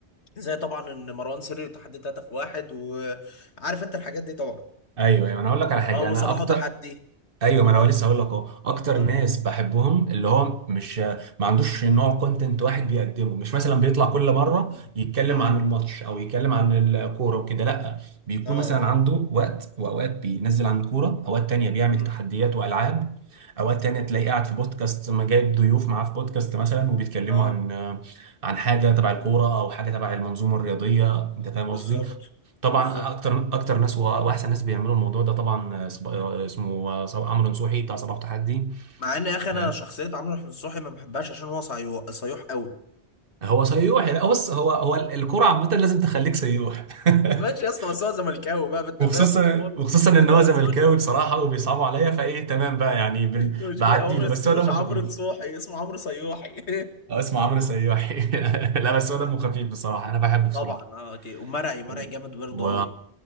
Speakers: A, on the left; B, on the right.
A: زي طبعا ان مروان سري تحدي 3 في واحد وعارف انت الحاجات دي طبعا
B: ايوه ايوه انا هقول لك على حاجه
A: اه وصباحه
B: انا اكتر
A: تحدي
B: ايوه
A: اه
B: ما انا لسه هقول لك اهو اكتر
A: اه
B: ناس بحبهم اللي هو مش ما عندوش نوع كونتنت واحد بيقدمه مش مثلا بيطلع كل مره
A: مم.
B: يتكلم
A: مم.
B: عن الماتش او يتكلم عن الكوره وكده لا بيكون
A: اه
B: مثلا عنده وقت واوقات بينزل عن الكوره اوقات تانية بيعمل
A: مم.
B: تحديات والعاب اوقات تانية تلاقيه
A: مم.
B: قاعد في بودكاست ما جايب ضيوف معاه في بودكاست مثلا وبيتكلموا
A: اه
B: عن عن حاجه تبع
A: مم.
B: الكوره او حاجه تبع المنظومه الرياضيه انت فاهم
A: بالظبط
B: قصدي طبعا
A: بالظبط
B: اكتر اكتر ناس و- واحسن ناس بيعملوا الموضوع ده طبعا آه، صب... آه، اسمه آه، صب... عمرو نصوحي بتاع صباح تحدي
A: مع ان يا اخي انا
B: آه.
A: شخصيه عمرو نصوحي ما بحبهاش عشان هو صيو- صيوح قوي
B: هو سيوح يعني بص هو هو الكرة عامة لازم تخليك سيوح <laughs>
A: ماشي يا اسطى بس هو زملكاوي بقى فانت
B: وخصوصا
A: فاهم هو
B: وخصوصا
A: <laughs>
B: ان هو
A: ما
B: زملكاوي
A: اسموش
B: بصراحة وبيصعبوا عليا فايه تمام بقى يعني بال...
A: مش
B: بعدي
A: كده هو ما
B: له
A: اسموش
B: بس هو دمه
A: عمرو
B: خفيف
A: نصوحي اسمه عمرو صيوحي <laughs>
B: آه، اسمه عمرو سيوحي <laughs> لا بس هو دمه خفيف بصراحة انا بحبه بصراحة
A: طبعا اه اوكي ومرعي مرعي
B: و...
A: جامد برضه
B: و...
A: قوي